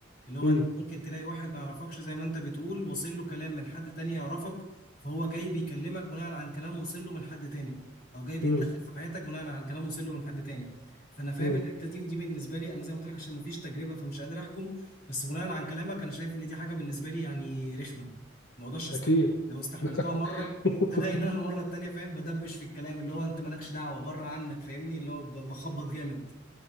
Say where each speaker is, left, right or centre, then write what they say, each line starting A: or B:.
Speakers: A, on the left; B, on the left.
A: اللي هو
B: امم
A: انت ممكن تلاقي واحد ما يعرفكش زي ما انت بتقول وصل له كلام من حد تاني يعرفك فهو جاي بيكلمك بناء عن كلام وصل له من حد تاني او جاي بيتدخل
B: امم
A: في حياتك بناء عن كلام وصل له من حد تاني فانا فاهم
B: امم
A: الحته دي ودي بالنسبه لي انا زي ما قلت لك عشان مفيش تجربه فمش قادر احكم بس بناء عن كلامك انا شايف ان دي حاجه بالنسبه لي يعني رخمه ما اقدرش استحملها
B: اكيد
A: لو استحملتها
B: <laughs>
A: مره هلاقي ان انا المره التانيه فاهم بدبش في الكلام اللي هو انت مالكش دعوه بره عنك فاهمني اللي هو ب- بخبط جامد